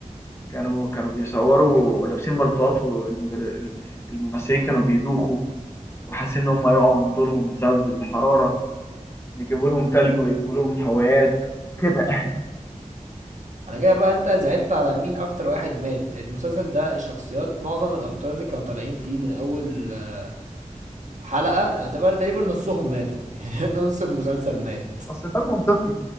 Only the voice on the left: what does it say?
كانوا كانوا بيصوروا ولابسين بلطوات والممثلين كانوا بيدوخوا وحاسين ان هم هيقعوا من طولهم بسبب الحراره بيجيبوا لهم تلج ويجيبوا لهم هوايات كده <laughs> يعني
اصل ده منطقي